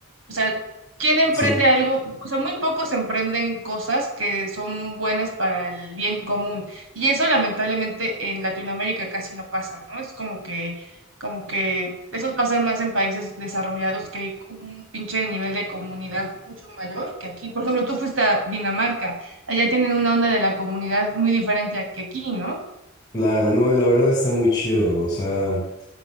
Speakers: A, on the right; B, on the left.
A: O sea, ¿quién emprende
B: Sí.
A: algo? O sea, muy pocos emprenden cosas que son buenas para el bien común. Y eso lamentablemente en Latinoamérica casi no pasa, ¿no? Es como que, como que esos pasan más en países desarrollados que hay un pinche nivel de comunidad mucho mayor que aquí. Por ejemplo, tú fuiste a Dinamarca, allá tienen una onda de la comunidad muy diferente a que aquí, ¿no?
B: Claro, no, y la verdad está muy chido, o sea,